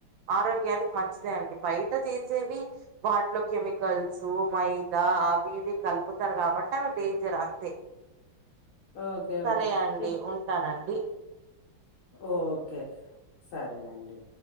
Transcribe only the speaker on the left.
ఓకే
ఓకే
ఇప్-
ఓకే సరేనండి